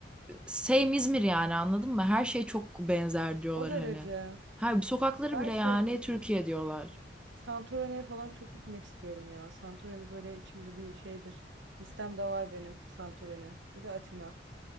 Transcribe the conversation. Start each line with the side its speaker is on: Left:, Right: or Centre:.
Centre: same İzmir yani anladın mı? Her şey çok benzer diyorlar
Right: O derece.
Centre: hani. Her sokakları
Right: Ben
Centre: bile
Right: şey
Centre: yani Türkiye diyorlar.
Right: Santorini'ye falan çok gitmek istiyorum ya. Santorini böyle içimde bir şeydir. Listemde var benim Santorini. Bir de Atina.